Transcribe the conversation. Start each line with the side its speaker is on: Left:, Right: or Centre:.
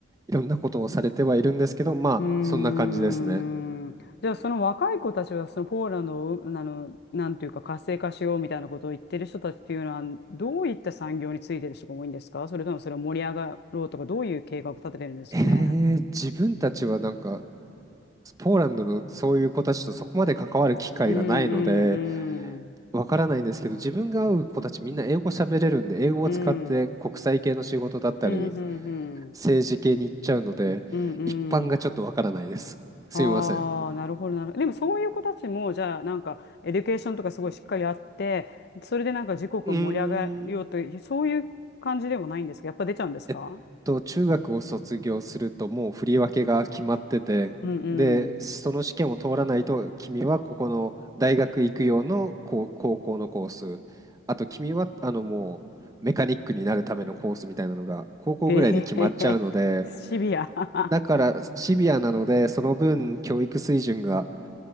Right: いろんなことをされてはいるんですけど、まあそんな感じですね。
Left: うーん。じゃあ、その若い子たちは、そのポーランドを、あの、なんていうか、活性化しようみたいなことを言ってる人たちっていうのは、どういった産業についてる人が多いんですかそれともそれを盛り上がろうとか、どういう計画を立ててるんですかね。
Right: えー、自分たちはなんか、ポーランドのそういう子たちとそこまで関わる機会がないので、
Left: うん、うん、うん、
Right: わからないんですけど、自分が会う子たちみんな英語喋れるんで、英語を使って国際系の仕事だったり、
Left: うん。うん、うん、うん。
Right: 政治系に行っちゃうので、
Left: うんうん。
Right: 一般がちょっとわからないです。すみません。
Left: ああ、なるほど、なるほど。でもそういう子たちも、じゃあ、なんか、エデュケーションとかすごいしっかりやって、それでなんか時刻を盛り上がるようという、
Right: うーん、
Left: そういう感じでもないんですかやっぱ出ちゃうんですか
Right: えっと、中学を卒業するともう振り分けが決まってて、
Left: うんうん。
Right: で、その試験を通らないと、君はここの大学行く用のこう高校のコース、あと君はあのもうメカニックになるためのコースみたいなのが高校ぐらいで決まっちゃうので、
Left: へへへへ。シビア。
Right: だからシビアなので、その分教育水準が、